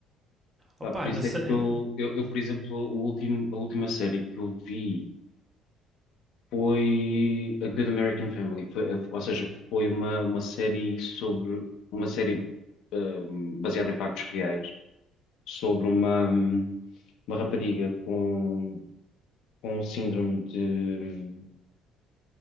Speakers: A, on the left; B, on the right.
A: Pá,
B: Opá,
A: por isso
B: não sei.
A: é que eu, eu, eu, por exemplo, o último, a última série que eu vi. foi A Good American Family, Foi- ou seja, foi uma, uma série sobre uma série hum, baseada em factos reais sobre uma, hum, uma rapariga com, com síndrome de